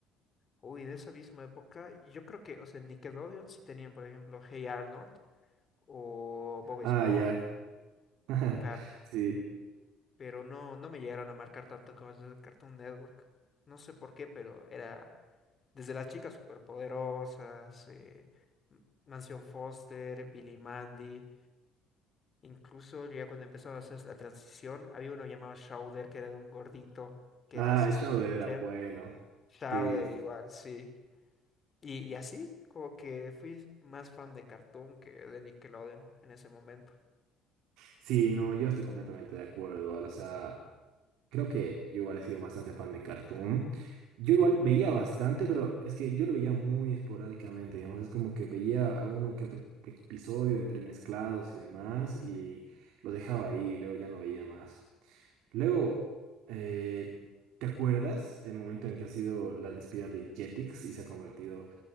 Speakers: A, on the left; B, on the right.
A: uy, de esa misma época, yo creo que, o sea, Nickelodeon sí tenían, por ejemplo, Hey Arnold o Bob
B: Ah,
A: Esponja,
B: ya. <laughs>
A: claro,
B: Sí.
A: pero no, no me llegaron a marcar tanto como los de Cartoon Network. No sé por qué, pero era desde las chicas superpoderosas, eh, M- Mansión Foster, Billy Mandy. Incluso ya cuando empezaron a hacer la transición, había uno llamado Schauder, que era de un gordito, que
B: Ah,
A: era asistente
B: Shauder
A: de un
B: era
A: chef.
B: bueno.
A: Schauder
B: Sí,
A: igual, sí. Y, y así, como que fui más fan de Cartoon que de Nickelodeon en ese momento.
B: sí, no, yo estoy completamente de acuerdo igual. O sea, creo que yo igual he sido bastante fan de Cartoon. Yo igual veía bastante, pero es que yo lo veía muy esporádicamente, digamos. Es como que veía a uno que otro episodio entremezclados y demás, y lo dejaba ahí, y luego ya no veía más. Luego, eh, ¿te acuerdas el momento en que ha sido la despedida de Jetix y se ha convertido,